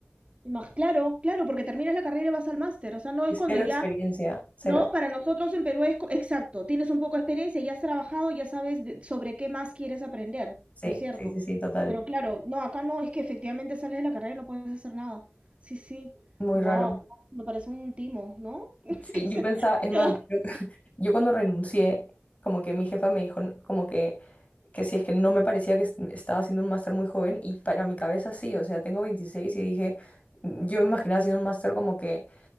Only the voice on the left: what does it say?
Y
cero
experiencia, cero.
Sí,
sí, sí, sí, total.
Muy
raro.
Sí,
yo pensaba, es más,
yo, <laughs> yo cuando renuncié, como que mi jefa me dijo, n- como que, que si es que no me parecía que es- estaba haciendo un máster muy joven, y para mi cabeza sí, o sea, tengo 26 y dije, mm, yo me imaginaba haciendo un máster como que